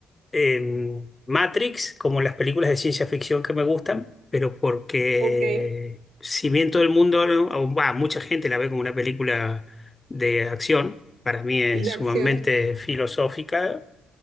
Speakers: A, on the left; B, on the right.
A: en Matrix, como las películas de ciencia ficción que me gustan, pero porque
B: ok.
A: si bien todo el mundo, o va, mucha gente la ve como una película de acción, para mí es
B: De
A: sumamente
B: acción,
A: filosófica